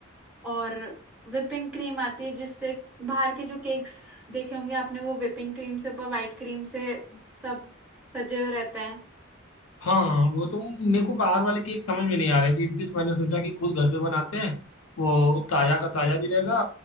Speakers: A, in the centre; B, on the left.
A: और whipping क्रीम आती है जिससे बाहर के जो केक्स देखे होंगे आपने वो whipping क्रीम से ऊपर व्हाइट क्रीम से सब सजे हुए रहते हैं
B: हाँ वो तो मेरे को बाहर वाले केक समझ में नहीं आ रहे थे इसलिए तो मैंने सोचा कि खुद घर पे बनाते हैं वो ताजा का ताजा भी रहेगा